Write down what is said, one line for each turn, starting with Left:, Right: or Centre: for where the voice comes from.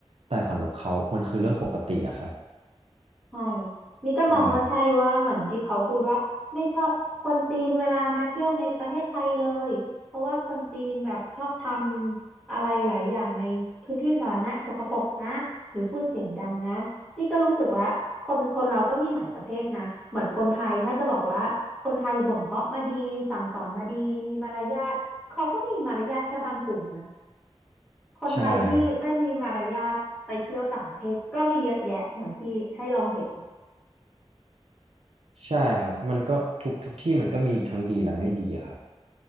Right: แต่สำหรับเขามันคือเรื่องปกติอะครับ
Centre: ใช่นี่ก็มองว่าใช่ว่าเหมือนที่เขาพูดว่าไม่ชอบคนจีนเวลามาเที่ยวในประเทศไทยเลยเพราะว่าคนจีนแบบชอบทำอะไรหลายอย่างในพื้นที่สาธารณะสกปรกนะหรือพูดเสียงดังนะนี่ก็รู้สึกว่าคนคนเราก็มีหลายประเภทนะเหมือนคนไทยถ้าจะบอกว่าคนไทยบ่มเพาะมาดีสั่งสอนมาดีมีมารยาทเขาก็มีมารยาทแค่บางกลุ่มนะ
Right: ใช่ครับ
Centre: คนไทยที่ไม่มีมารยาทไปเที่ยวต่างประเทศก็มีเยอะแยะเหมือนที่ให้เราเห็น
Right: ใช่ครับใช่ครับมันก็ทุกทุกที่มันก็มีทั้งดีและไม่ดีอะครับ